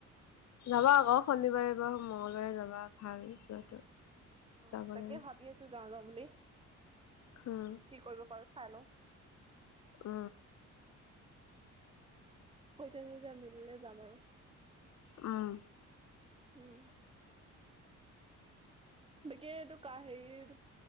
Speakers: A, on the left; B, on the right.
A: যাবা আকৌ শনিবাৰে বা মংগল বাৰে যাবা ভাল যোৱাটো।
B: অ'
A: যাব
B: তাকে
A: লাগে।
B: ভাবি আছো। যাওঁ, যাওঁ বুলি।
A: হম।
B: কি কৰিব পাৰো চাই লও।
A: উ।
B: পইছা- চৈচা মিলিলে যাম আৰু।
A: উম।
B: উম। বাকি এইটো কা হেৰি